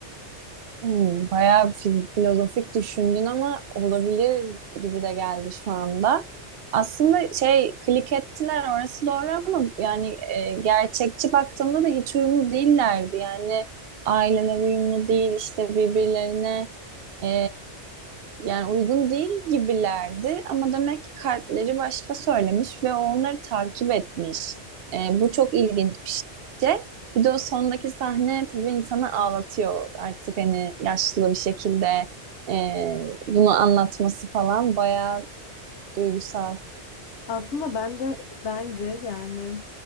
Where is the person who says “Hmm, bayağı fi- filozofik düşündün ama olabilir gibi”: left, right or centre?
Right